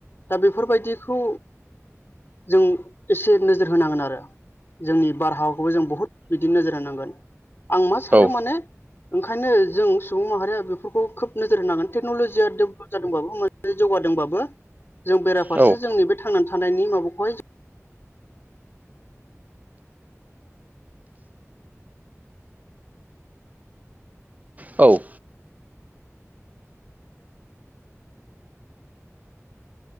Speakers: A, on the left (about 50°); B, on the right (about 30°).
A: दा बेफोरबायदिखौ। जों एसे नोजोर होनांगोन आरो। जोंनि बारहावाखौबो जों बहुद बिदिनो नोजोर होनांगोन आं मा सानदों
B: औ
A: माने। ओंखायनो जों सुबुं माहारिया बेफोरखौ खोब नोजोर होनांगोन टेक्नलजिया दोब जादोंबाबो मोजां जौगादोंबाबो जों बेराफारसे
B: औ
A: जोंनि बे थांना थानायनि माबाखौहाय।
B: औ